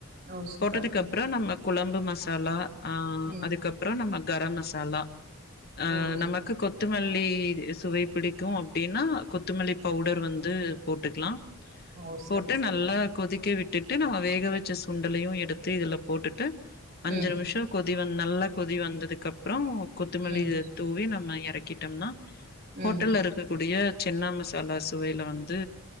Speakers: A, on the right; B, on the left.
A: ஓ சூப்பர்
B: போட்டதுக்கு
A: ஆ
B: அப்பற நம்ம குழம்பு மசாலா ஆ
A: ம்
B: அதுக்கப் ப்பற நம்ம கர மசாலா அ
A: ஓ
B: நமக்கு கொ கொத்தமல்லி சுவை புடிக்கு அப்டின்னா கொத்தமல்லி பவுடர் வந்து போட்டுக்லா
A: ஓ சரி
B: போட்டு
A: சரிங்க
B: நல்லா கொதிக்க விட்டுட்டு நம்ம வேக வச்ச சுண்டலையு எடு த்து இதுல போட்டுட்டு அஞ்சு
A: ம்
B: நிமிஷ கொதி வந்து நல்லா கொதி வந்ததுக்கப்றோ கொத்தமல்லி
A: ம்
B: தூவி நம்ம எறக்கிட்டம்னா
A: ம்
B: ஹோட்டல்ல இருக்கக்கூடிய சின்னா மசாலா சுவைல வந்து